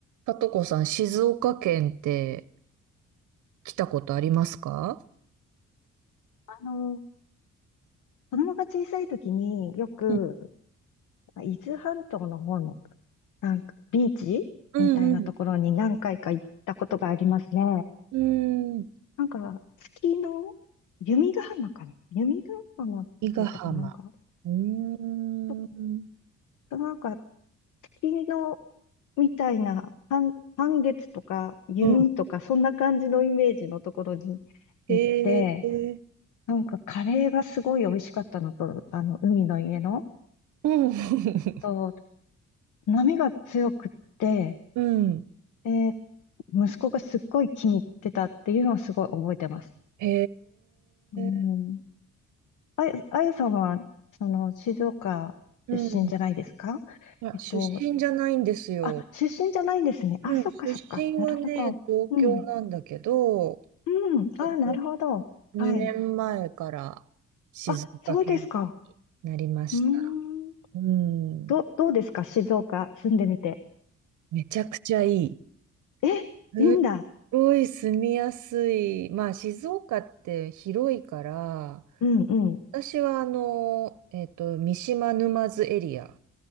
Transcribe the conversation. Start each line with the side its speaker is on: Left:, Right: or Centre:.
Right: さとこさん、静岡県って来たことありますか
Left: あの、子供が小さい時によく、
Right: うん
Left: 伊豆半島の方の、なんか、ビーチみたいなところに何回か行ったことがありますね。
Right: うんうん。うーん。
Left: なんか、月の、弓ヶ浜かな弓ヶ浜っていうとこなんか、
Right: 伊賀浜。うーん。
Left: ちょっと、なんか、月の、みたいな、半、半月とか、弓とか、
Right: うん。
Left: そんな感じのイメージのところに行って、
Right: へえ。
Left: なんか、カレーがすごい美味しかったのと、あの、海の家の、
Right: うん。<laughs>
Left: と、波が強くって、
Right: うん。
Left: で、息子がすっごい気に入ってたっていうのはすごい覚えてます。
Right: へ
Left: うん。
Right: え。
Left: あや、あやさんは、その、静岡出身じゃないですか
Right: うん。まあ、
Left: えっと、
Right: 出身じゃないんですよ。
Left: あ、出身じゃないんですね。
Right: うん。
Left: あ、そっかそっか。
Right: 出身はね、
Left: なるほど。
Right: 東京なんだけど、
Left: うん。うん。あ、
Right: えっと、
Left: なるほど。
Right: 2年前から静岡県
Left: はい。あ、そうですか。
Right: になりました。
Left: うーん。
Right: うん。
Left: ど、どうですか静岡住んでみて。
Right: めちゃくちゃいい。
Left: え、
Right: すっごい住みやすい。
Left: いいんだ。
Right: まあ、静岡って広いから、
Left: うんうん。
Right: 私はあの、えっと、三島沼津エリアで